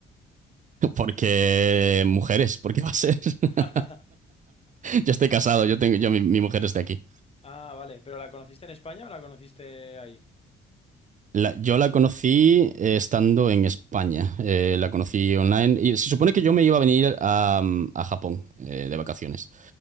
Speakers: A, on the right (about 40°); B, on the left (about 30°).
A: <laughs> Porque mujeres, porque va a ser. <laughs>
B: <laughs>
A: Yo estoy casado, yo tengo, yo, mi, mi mujer es de aquí.
B: Ah, vale. ¿Pero la conociste en España o la conociste ahí?
A: La- yo la conocí eh, estando en España. Eh, la conocí online. Y se supone que yo me iba a venir a, mm, a Japón eh, de vacaciones.